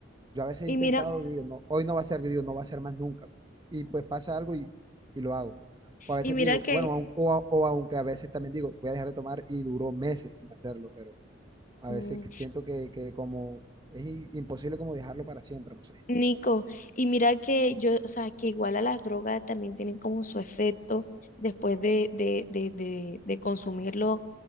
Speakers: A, on the right; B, on the left.
A: Yo a veces
B: Y
A: he intentado,
B: mira,
A: digo, no, hoy no va a ser, yo digo, no va a ser más nunca. Y pues pasa algo y, y lo hago. O a veces
B: y mira
A: digo,
B: que,
A: bueno, aun- o, a- o aunque a veces también digo, voy a dejar de tomar y duró meses sin hacerlo, pero a
B: mm,
A: veces siento que, que como es i- imposible como dejarlo para siempre, no sé.
B: Nico, y mira que yo, o sea, que igual a las drogas también tienen como su efecto después de, de, de, de, de consumirlo